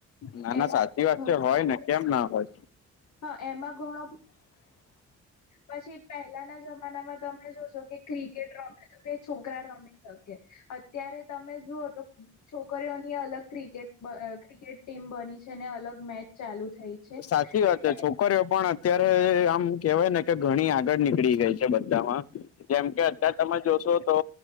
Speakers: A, on the left; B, on the left.
A: ના ના
B: એમાં
A: સાચી વાત છે હો. કેમ ના હોય.
B: હા એમાં ઘણો પછી પહેલાના જમાનામાં તમે જોજો કે ક્રિકેટ રમે તો કે છોકરા રમી શક કે અત્યારે તમે જુઓ તો છોકરીઓની અલગ ક્રિકેટ બ ક્રિકેટ ટીમ બની છે ને અલગ મેચ ચાલુ થઈ છે
A: સાચી વાત
B: એટલે
A: હે છોક કરીઓ પણ અત્યારે આમ કેવાય ને કે ઘણી આગળ નીકળી ગઈ છે બધામાં. જેમ કે અત્યારે તમે જોશો તો